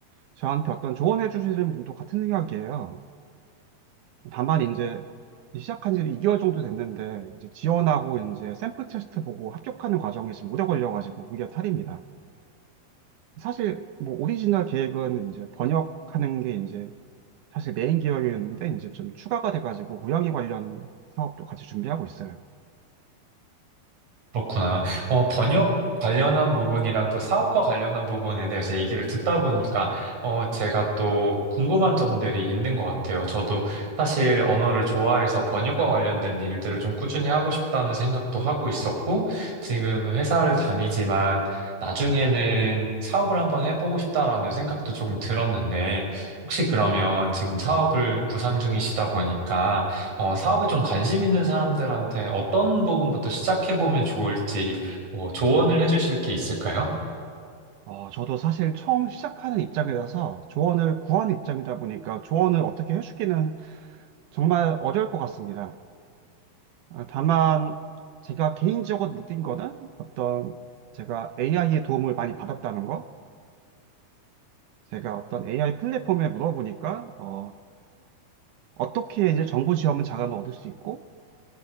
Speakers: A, on the right; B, on the right.
A: 저한테 어떤 조언해 주시는 분도 같은 생각이에요. 다만 이제 시작한 지 2개월 정도 됐는데 이제 지원하고 이제 샘플 테스트 보고 합격하는 과정이 지금 오래 걸려가지고 그게 탈입니다. 사실 뭐 오리지널 계획은 이제 번역하는 게 이제 사실 메인 계획이었는데 이제 좀 추가가 돼가지고 고양이 관련 사업도 같이 준비하고 있어요.
B: 그렇구나. 어, 번역 관련한 부분이랑 또 사업과 관련한 부분에 대해서 얘기를 듣다 보니까, 어, 제가 또 궁금한 점들이 있는 것 같아요. 저도 사실 언어를 좋아해서 번역과 관련된 일들을 좀 꾸준히 하고 싶다는 생각도 하고 있었고, 지금 회사를 다니지만 나중에는 사업을 한번 해보고 싶다라는 생각도 조금 들었는데, 혹시 그러면 지금 사업을 구상 중이시다 보니까, 어, 사업에 좀 관심 있는 사람들한테 어떤 부분부터 시작해보면 좋을지 뭐 조언을 해주실 게 있을까요?
A: 어, 저도 사실 처음 시작하는 입장이라서 조언을 구하는 입장이다 보니까 조언을 어떻게 해주기는 정말 어려울 것 같습니다. 아, 다만 제가 개인적으로 느낀 거는 어떤 제가 AI의 도움을 많이 받았다는 거. 제가 어떤 AI 플랫폼에 물어보니까 어, 어떻게 이제 정보 지원은 자금을 얻을 수 있고